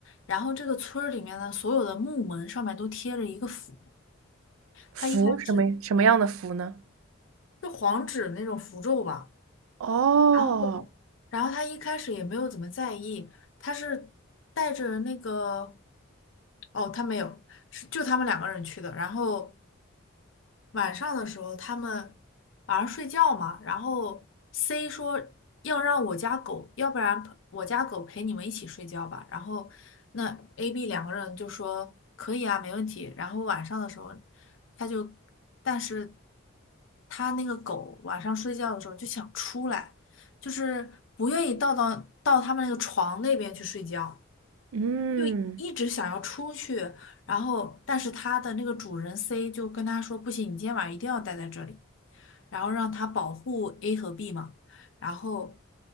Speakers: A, on the left (about 65°); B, on the right (about 80°).
A: 然后这个村儿里面的所有的木门上面都贴着一个符，
B: 符什么什么样的符呢？
A: 他一开始是黄纸那种符咒吧，
B: 哦，
A: 然后然后他一开始也没有怎么在意，他是带着那个，哦，他没有，是就他们两个人去的，然后。晚上的时候，他们晚上睡觉嘛，然后 C 说要让我家狗，要不然我家狗陪你们一起睡觉吧。然后那 A、B 两个人就说可以啊，没问题。然后晚上的时候，他就，但是他那个狗晚上睡觉的时候就想出来，就是不愿意到到到他们那个床那边去睡觉。
B: 嗯
A: 就一直想要出去，然后但是它的那个主人 C 就跟他说：“不行，你今天晚上一定要待在这里。”然后让它保护 A 和 B 嘛。然后